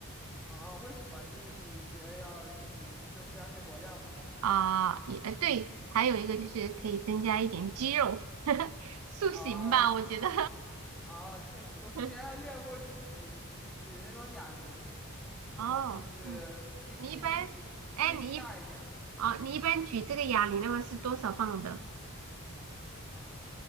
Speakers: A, in the centre; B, on the right (about 75°).
A: 啊，为什么？就是你觉得要就是增加肺活量吗？
B: 啊，也呃对，还有一个就是可以增加一点肌肉，<laughs> 塑形吧，
A: 啊，
B: 我觉得。
A: 啊，确实，我之前还练过，
B: <laughs>
A: 就是举举举那种哑铃，然后就是力可以力气力气大一点。
B: 哦，嗯，你一般，哎，你一哦，你一般举这个哑铃的话是多少磅的？
A: 嗯，